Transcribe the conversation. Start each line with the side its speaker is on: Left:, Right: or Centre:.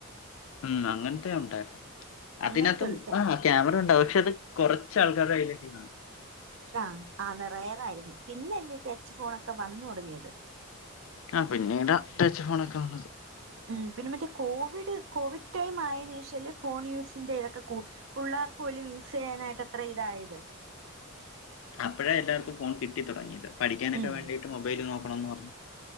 Left: ഉം അങ്ങനത്തെ ഉണ്ടായി അതിനകത്തും
Right: അങ്ങനത്തെ ഉള്ളു
Left: ആഹ് ക്യാമറ ഉണ്ടാവും പക്ഷെ അത് കുറച്ച് ആൾക്കാരെ കൈകിടിനോളു
Right: ആഹ് ആ നിറയേറായിരുന്നു പിന്നല്ലീ ടച്ച് ഫോൺക്കെ വന്ന് കൊടുങ്ങിയത്
Left: ആ പിന്നീട് ടച്ച് ഫോണൊക്കെ വന്നത്
Right: ഉം പിന്നെ മറ്റേ കോവിഡ് കോവിഡ് ടൈം ആയന് ശേഷാല് ഫോൺ യൂസിന്റെ ഇതൊക്കെ കു പിള്ളേർക്ക് പോലും യൂസ് ചെയ്യാനായിട്ട് അത്ര ഇതായത്
Left: അപ്പോഴേ എല്ലാർക്കും ഫോൺ കിട്ടി തുടങ്ങിയത് പഠിക്കാനൊക്കെ
Right: ഉം
Left: വേണ്ടിയിട്ട് മൊബൈൽ നോക്കണന്ന് പറഞ്ഞു